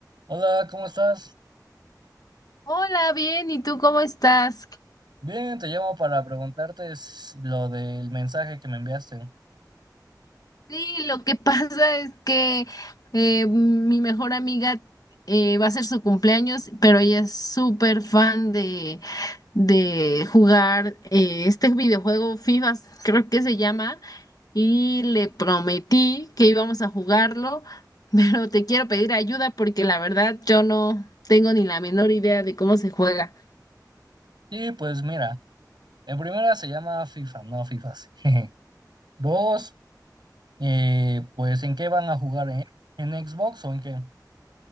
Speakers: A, on the right (about 85°); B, on the left (about 60°).
A: Hola, ¿cómo estás?
B: Hola, bien, ¿y tú cómo estás?
A: Bien, te llamo para preguntarte s- lo del mensaje que me enviaste.
B: Sí, lo que <laughs> pasa es que eh, mi mejor amiga eh, va a ser su cumpleaños, pero ella es súper fan de, de jugar eh, este videojuego FIFA, creo que se llama, y le prometí que íbamos a jugarlo, <laughs> pero te quiero pedir ayuda porque la verdad yo no tengo ni la menor idea de cómo se juega.
A: Sí, pues mira, en primera se llama FIFA, no FIFAs. <laughs> Dos, eh, pues ¿en qué van a jugar? ¿En, en Xbox o en qué?